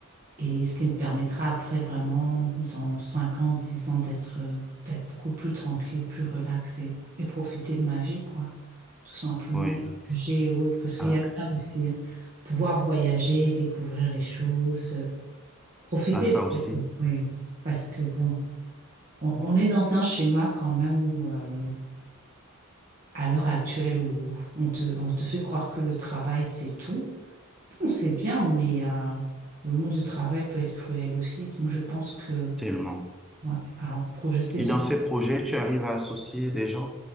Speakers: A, on the right (about 40°); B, in the centre.
A: Et ce qui me permettra après vraiment, dans 5 ans, 10 ans, d'être euh, d'être beaucoup plus tranquille, plus relax et, et profiter de ma vie, quoi. Tout simplement,
B: oui.
A: voyager ou autre, parce qu'il
B: Après,
A: y a ça aussi, hein. Pouvoir voyager, découvrir les choses, euh, profiter
B: à ça
A: de...
B: aussi,
A: Oui, parce que bon. On, on est dans un schéma quand même où, euh, à l'heure actuelle, où on te, on te fait croire que le travail, c'est tout. On sait bien, mais euh, le monde du travail peut être cruel aussi. Donc, je pense que,
B: tellement.
A: ouais, à projeter
B: Et
A: son...
B: dans ces projets, tu arrives à associer des gens